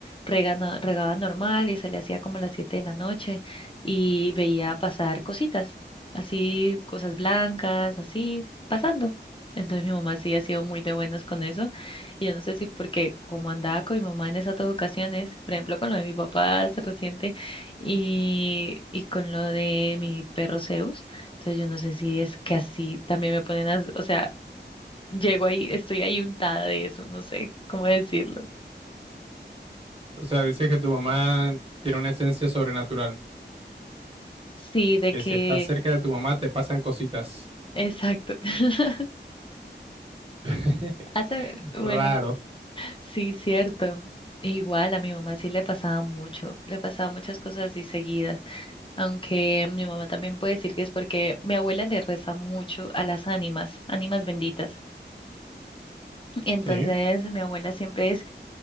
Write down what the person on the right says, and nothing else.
O sea, dices que tu mamá tiene una esencia sobrenatural,
que
si estás cerca de tu mamá te pasan cositas.
<laughs>
Raro,
¿sí?